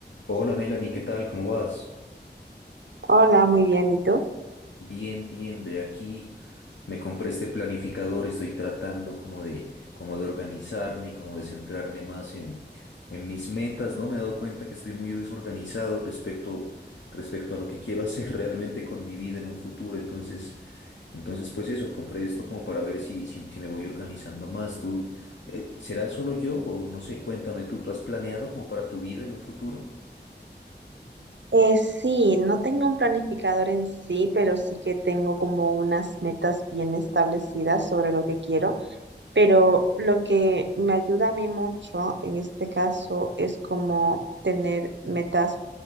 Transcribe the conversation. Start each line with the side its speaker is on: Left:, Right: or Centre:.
Left: Hola Melanie, ¿qué tal? ¿Cómo vas?
Right: Hola, muy bien, ¿y tú?
Left: Bien, bien, ve aquí. Me compré este planificador, estoy tratando como de, como de organizarme y como de centrarme más en, en mis metas, ¿no? Me he dado cuenta que estoy muy desorganizado respecto, respecto a lo que quiero hacer <laughs> realmente con mi vida en un futuro. Entonces, entonces pues eso, compré esto como para ver si, si, si me voy organizando más. ¿Tú, eh, será solo yo o no sé? Cuéntame tú, ¿tú has planeado como para tu vida en un futuro?
Right: Eh, sí, no tengo un planificador en sí, pero sí que tengo como unas metas bien establecidas sobre lo que quiero, pero lo que me ayuda a mí mucho en este caso es como tener metas,